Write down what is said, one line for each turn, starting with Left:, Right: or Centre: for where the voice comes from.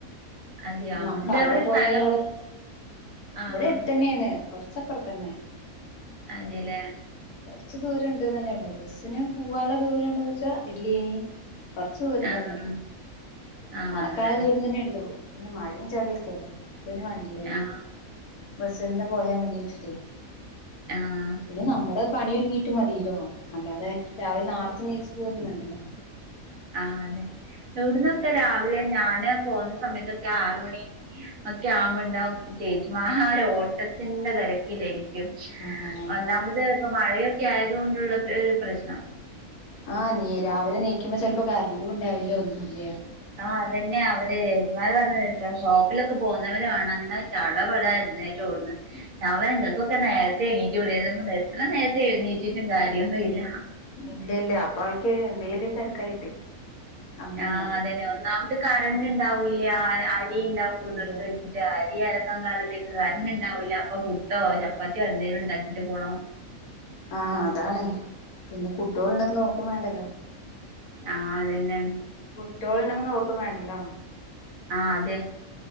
Right: അതെയോ
Left: നമക്കവ്ടെ
Right: ഇതെവിടെ
Left: പോയാലു
Right: സ്ഥലം?
Left: ഇവിടെ
Right: ആഹ്
Left: അടുത്ത തന്നെയാണ്, കൊറച്ച് അപ്പുറത്ത് തന്നെ.
Right: അതെല്ലേ.
Left: കുറച്ച് ദൂരം ഉണ്ട് തന്നെയുള്ള ബസ്സിന് പോവാനുള്ള ദൂരയുണ്ടെന്ന് വെച്ചാൽ ഇല്ലെയേനി. കുറച്ചു ദൂരം
Right: ആഹ്
Left: തന്നെള്ളു
Right: ആണല്ലേ
Left: നടക്കാല ദൂരം തന്നെള്ളു പിന്നെ മയെം ചളിയൊക്കല്ലേ. പിന്നെ വണ്ടിൽന്നെ
Right: ആഹ്
Left: ബസ്സിൽന്നേ പോയാ മതിച്ചിട്ടേയ്.
Right: ആഹ്
Left: പിന്നെ നമ്മുടെ പണി ഒരുങ്ങി. റ്റ മതില്ലോ അല്ലാതെ രാവിലെ നാർതെ യെണീച്ചു പോകന്നും വേണ്ടല്ലോ.
Right: ആഹ് അതെ, എവിടന്നൊക്കെ
Left: നോക്കും
Right: രാവിലെ ഞാന് പോന്നേ സമയത്തൊക്കെ ആറ് മണി. ഒക്കെ ആകുമ്പോ ഉണ്ടാവും ചേച്ചിമാര് ഓട്ടത്തിന്റെ തിരക്കിലായിരിക്കും. കും
Left: ആഹ്
Right: ഒന്നാമത് ഇപ്പ മഴയൊക്കെ ആയത് കൊണ്ടുള്ള ഒരു പ്രശ്നം.
Left: ആഹ് നീ രാവിലെ നീക്കുമ്പോ ചെൽപ്പോ കറണ്ടുംണ്ടാവില്ല ഒന്നുംല്ല.
Right: ആഹ് അതന്നെ അവര് ഏച്ചിമാര് പറഞ്ഞ ഷോപ്പിലൊക്കെ പോകുന്നവര് വാണംന്ന്‌. ചടപട എഴുന്നേറ്റോടുന്ന. ഞാൻ പറി നിങ്ങൾക്കൊക്കെ നേരത്തെ എണീറ്റുടെ എത്ര നേരത്തെ എഴണീറ്റിട്ടും കാര്യമൊന്നു ഇല്ല.
Left: ഇല്ല ഇല്ല അപ്പാൾക്ക് എന്തെലും തിരക്കായിട്ടേ. അങ്ങനെ
Right: ആഹ്
Left: ഉണ്ടാവും
Right: അതെന്നെ ഒന്നാമത് കറന്റ്‌ ഉണ്ടാവൂല്ല, അരി ഉണ്ടാവും കുതിർത്ത്
Left: ഇല്ല
Right: വെച്ചിട്ട്. അരി അരയ്ക്കാൻ കാലത്തേക്ക് കറന്റ് ഉണ്ടാവൂല, അപ്പൊ പുട്ടോ ചപ്പാത്തിയോ എന്തേലും ഉണ്ടാക്കിട്ട് പോണം.
Left: ആഹ് അതാണ് പിന്നെ കുട്ടോൾ ഉണ്ടെങ്കി നോക്കും വേണ്ടല്ലോ.
Right: ആഹ് അത് തന്നെയാണ്.
Left: കുട്ടോൾ ഉണ്ടെങ്കിൽ നോക്കും വേണ്ടല്ലോ.
Right: ആഹ് അതെ.